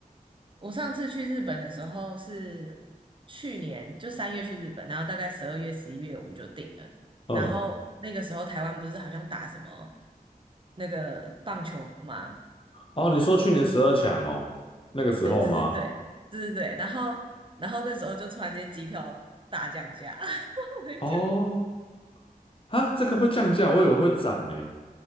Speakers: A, on the right (about 35°); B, on the left (about 35°).
A: 我上次去日本的时候是去年就三月去日本，然后大概十二月、十一月我们就订了。
B: 嗯，
A: 然后那个时候台湾不是好像打什么那个棒球嘛？
B: 哦，你说去年十二强哦，那个时候吗？
A: 对对对对对对对，然后然后那时候就突然间机票大降价，<laughs> 我们就
B: 哦，啊，这个会降价，我以为会涨诶。